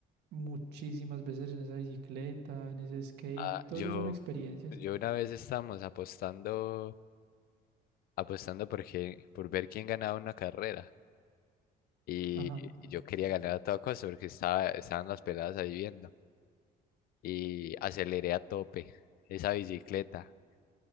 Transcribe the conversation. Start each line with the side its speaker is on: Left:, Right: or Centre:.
Right: muchísimas veces en esa bicicleta, en ese skate,
Left: Ah,
Right: todo
Left: yo,
Right: eso son experiencias.
Left: yo una vez estábamos apostando, apostando porque, por ver quién ganaba una carrera. Y
Right: Ajá.
Left: y yo quería ganar a toda costa porque estaba, estaban las peladas ahí viendo. Y aceleré a tope esa bicicleta.